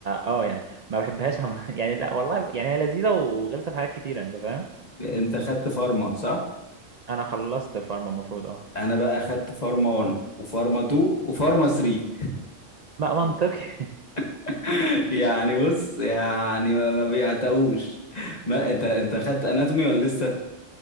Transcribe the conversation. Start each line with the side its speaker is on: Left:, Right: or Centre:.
Right: اه يعني ما بحبهاش عم <laughs> يعني لا والله يعني هي لذيذه وغلسه في حاجات كتيره انت فاهم؟
Left: انت خدت فارما صح
Right: انا خلصت الفارما المفروض اه
Left: انا بقى خدت فارما 1 وفارما 2 وفارما 3
Right: ما منطقي <laughs>
Left: <laughs> يعني بص يعني ما, ما بيعتقوش ما انت انت خدت اناتومي ولا لسه